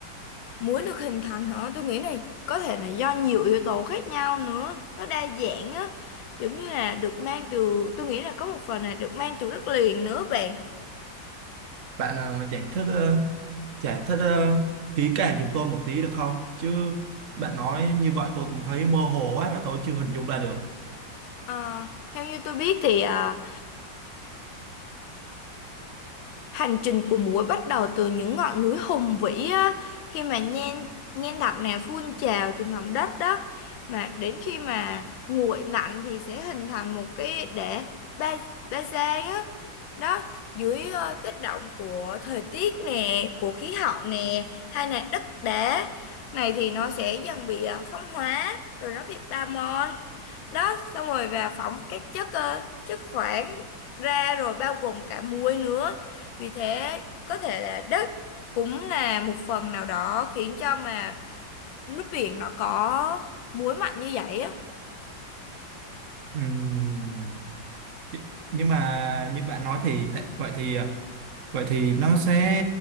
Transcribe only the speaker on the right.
Bạn ờ, giải thích ờ, giải thích ờ, kỹ càng giùm tôi một tí được không? Chứ bạn nói như vậy tôi cũng thấy mơ hồ quá và tôi chưa hình dung ra được.
Ừm, Nhưng mà như bạn nói thì tại- vậy thì ờ, vậy thì nó sẽ